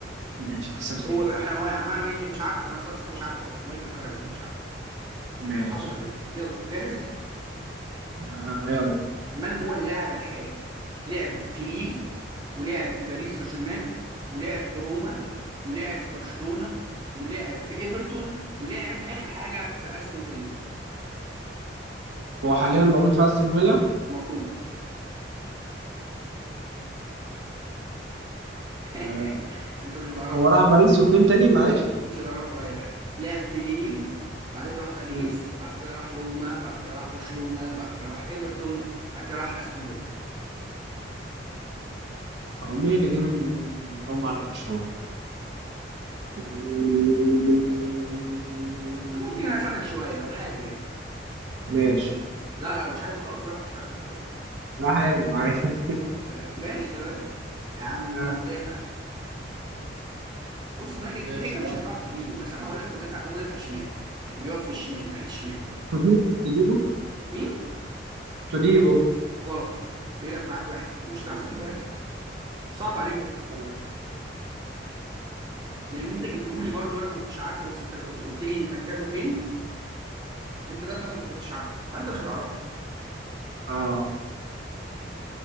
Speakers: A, on the right; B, on the right.
A: ماشي حصل خير
B: هو ده- احنا هو يعني احنا مش مش عارفه انا صراحه مش عارفه اصلا مايكل كارك ده مش عارفه يعني
A: ماشي
B: حصل خير يلا جاهز
A: آه يلا
B: من هو اللاعب الحالي لعب في ليل ولعب في باريس سان جيرمان ولعب في روما ولعب في برشلونة ولعب في ايفرتون ولعب اخر حاجه في استون فيلا
A: هو حاليا موجود في استون فيلا
B: المفروض <laughs>
A: آه
B: انت مش هتعرفه
A: هو راح باريس وفين تاني معلش
B: مش هتعرفه رايح لعب في ليل بعدين راح باريس
A: مم.
B: بعد كده راح روما بعد كده راح برشلونة بعد كده راح ايفرتون بعد كده راح استون فيلا
A: هو مين اللي جه من روما على برشلونة مين مين مين مين مين مين
B: ممكن
A: مين
B: اساعدك شويه لو حابب يعني
A: ماشي
B: لا لا مش حابب خلاص براحتك مش حابب مش هقول
A: لا حابب عادي <laughs>
B: آه، ماشي تمام يا عم
A: آه.
B: مدافع بص هو أنا كده
A: ده
B: انت كده
A: بصراحة.
B: كده مش هتعرف تجيبه بس انا هقول لك مدافع هو مدافع شمال يعني بيقف في الشمال ناحيه الشمال
A: توديبو توديبو
B: مين
A: توديبو
B: غلط بينك معاك واحد مش هتعرف تجيبه رايح صعب عليك ده
A: آه.
B: لان انت جبته لي برضه وانا ما كنتش عارفه بس انت لو كنت قلت لي مركزه فين انت ذات نفسك ما كنتش عارفه فانت مش هتعرفه
A: آه.